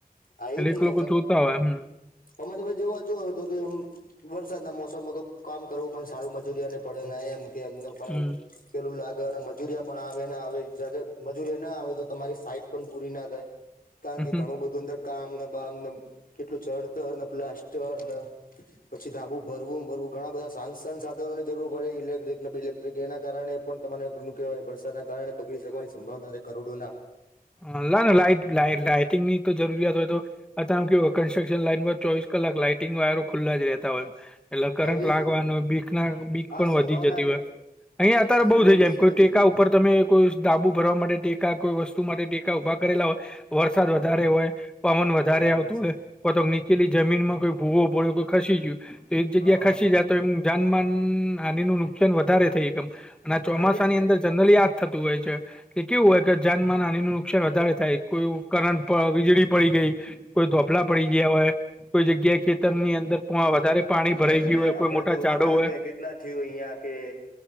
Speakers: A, on the left; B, in the centre.
A: આ એજ
B: એટલે એક
A: ને
B: લોકો જોતા હોય એમ.
A: અમે તમે જોવા જ તો કે વરસાદના મોસમમાં તો કામ કરવું પણ સારું મજૂરીને પડે એમ કે એમને પણ
B: હમ
A: પેલું લાગે અને મજુરીયા પણ આવે ને આવે જ જ્યારે મજુરિયા ના આવે તો તમારી સાઈટ પણ પૂરી ના થાય. કારણ કે
B: હમ
A: ઘણું બધું અંદર કામ ના બામ કેટલું ચળતર, પ્લાસ્ટર પછી ધાબું ભરવું ભરવું ઘણા બધા સાન સાધનો ની જરૂર પડે ઇલેક્ટ્રિકને બિલેક તો કે એના કારણે પણ તમારે કેહેવાય વરસાદના કારણે બગડી શકવાની સંભાવના ર કરોડોના
B: હ ના ના લાાઈટ લ લાાઈટિંગની તો જરૂરિયાત હોય તો અત કેવું કન્સ્ટ્રક્શન લાઈનમાં ચોવીસ કલાક લાઈટિંગ વાયરો ખુલ્લા જ રહેતા હોય એટલે
A: હા
B: કરંટ
A: એજ
B: લાગવાનુંય
A: ને
B: બીખ ના બીખ
A: હા
B: પણ
A: સંભાવના
B: વધી જતી
A: રે
B: હોય. અહીંયા અત્યારે
A: સેમ
B: બુ થઇ
A: ટુ
B: જાય એમ
A: સેમ
B: કોઈ ટેકા
A: થયું
B: ઉપર તમે કોઈ ડાબુ ભરવા માટે ટેકા કોઈ વસ્તુ માટે ટેકા ઉભા કરેલા હોય વરસાદ વધારે હોય. પવન વધારે
A: બરાબર
B: આવતો
A: છે
B: હોય તો નીચેલી જમીનમાં કોઈ ભૂવોડ્યો કો ખસી ગયું તો એક જગ્યા
A: હા હા
B: ખસી
A: હા
B: જાય તો એમ જાન માનહાની નું નુકસાન વધારે થઈ હકે આ ચોમાસાની
A: હા એજ ને
B: અંદર જનરલી આ થતું હોય છે કે કેવું હોય કે જાનમાનહાની નું નુકસાન વધારે થાય. કોઈ કરંટ પર વીજળી પડી ગઈ. કોઈ ધોપલા પડી ગયા હોય કોઈ જગ્યાએ ખેતર ની અંદર વધારે પાણી
A: અને
B: ભરાઈ
A: તમે
B: ગયું હોય
A: હમણાં
B: કોઈ મોટા
A: જોવો
B: ઝાડો
A: ને
B: હોય.
A: કે કેટલા થયું અહિયાં કે